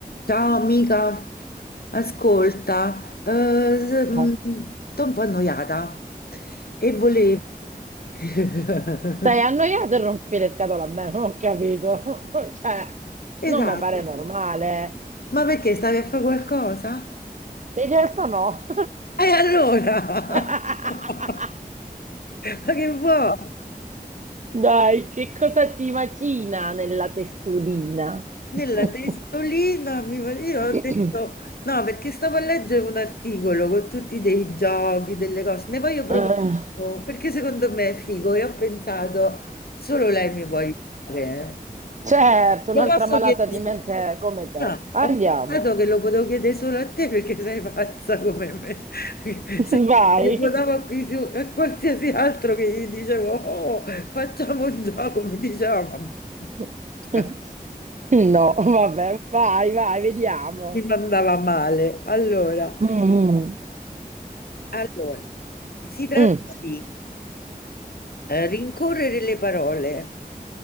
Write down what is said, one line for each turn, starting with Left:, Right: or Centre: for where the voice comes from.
Left: Ciao amica, ascolta, eh, s- mm,
Right: Eh,
Left: sto un po' annoiata e volevo... <laughs>
Right: stai annoiato e rompi le scatole a me, non ho capito. <laughs> Cioè,
Left: Esatto,
Right: non mi pare normale.
Left: ma perché stavi a fare qualcosa?
Right: In realtà no.
Left: E allora?
Right: <laughs>
Left: <laughs> Ma che vuoi?
Right: Dai, che cosa ti macina nella testolina?
Left: Nella
Right: <coughs>
Left: testolina mi fa- io
Right: <clears throat>
Left: ho detto no, perché stavo a leggere un articolo con tutti dei giochi, delle cose, ne voglio provare
Right: Eh,
Left: uno, perché secondo me è figo e ho pensato solo lei mi può aiutare.
Right: certo,
Left: eh.
Right: un'altra
Left: Lo posso
Right: malata
Left: chiedere?
Right: di
Left: solo-
Right: mente come te.
Left: No,
Right: Andiamo.
Left: ho pensato che lo potevo chiedere solo a te perché sei pazza come me. <laughs>
Right: <laughs>
Left: Se
Right: Vai.
Left: telefonavo a, qui su- a qualsiasi altro che gli dicevo, oh, facciamo un gioco, mi diceva,
Right: <laughs>
Left: "Ma-
Right: No, vabbè, vai, vai, vediamo.
Left: mi mandava male. Allora,
Right: Mm, mm,
Left: allora, si tratta
Right: mm.
Left: di eh, rincorrere le parole,